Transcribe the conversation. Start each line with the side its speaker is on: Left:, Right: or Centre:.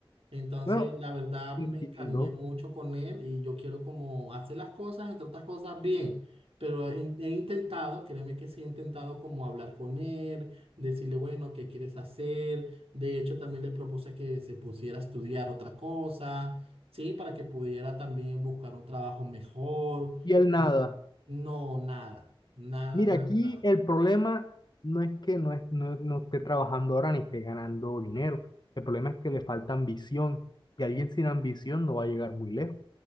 Right: Entonces,
Left: Bueno,
Right: la verdad,
Left: Entiendo.
Right: me encariñé mucho con él y yo quiero como hacer las cosas, entre otras cosas, bien. Pero he, he intentado, créeme que sí, he intentado como hablar con él, decirle, bueno, ¿qué quieres hacer? De hecho, también le propuse que se pusiera a estudiar otra cosa, ¿sí? Para que pudiera también buscar un trabajo mejor.
Left: Y el nada.
Right: Yo- no, nada, nada,
Left: Mira,
Right: nada,
Left: aquí
Right: nada.
Left: el problema no es que no, es, no, no esté trabajando ahora ni esté ganando dinero. El problema es que le falta ambición. Y alguien sin ambición no va a llegar muy lejos.